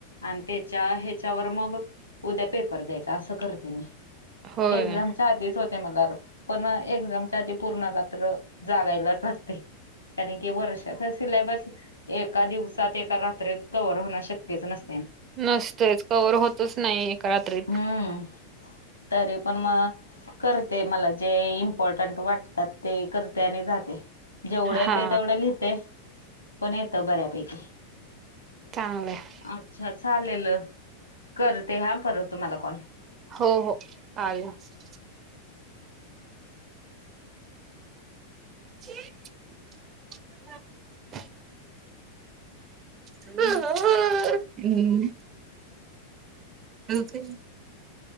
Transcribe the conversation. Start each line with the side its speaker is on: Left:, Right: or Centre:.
Left: आणि त्याच्या ह्याच्यावर मग उद्या पेपर द्यायचा असं करते मी.
Right: होय
Left: एक्झाम आधीच होते मला पण एक्झामच्या आधी पूर्ण रात्र जागायलाच लागते. कारण की वर्षाचा सिल्याबस एका दिवसात एका रात्रीत कव्हर होणं शक्यच नसत.
Right: नसतयच कवर होतच नाही एका रात्रीत.
Left: हम्म तरी पण मग करते मला जे इम्पॉर्टंट वाटतात ते करते आणि जाते. जेवढं येतंय
Right: हा
Left: तेवढं लिहते पण येतं बऱ्यापैकी.
Right: चांगल आहे.
Left: अच्छा चालेल करते हा परत तुम्हाला कॉल.
Right: हो हो आलेच. <unintelligible> हम्म <unintelligible>